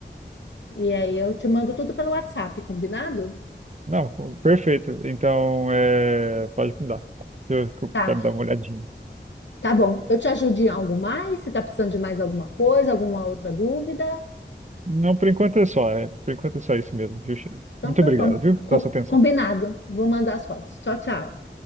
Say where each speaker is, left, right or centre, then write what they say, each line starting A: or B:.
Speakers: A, on the left (about 75°); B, on the right (about 40°).
A: E aí eu te mando tudo pelo WhatsApp, combinado?
B: Não, perfeito. Então, é, pode mudar. Eu eu
A: Tá.
B: quero dar uma olhadinha.
A: Tá bom. Eu te ajudo em algo mais? você tá precisando de mais alguma coisa, alguma outra dúvida?
B: Não, por enquanto é só. É, por enquanto é só isso mesmo, viu, Sheila?
A: Então
B: Muito
A: tá
B: obrigado,
A: bom.
B: viu,
A: Com-
B: pela sua atenção.
A: combinado. Vou mandar as fotos. Tchau, tchau.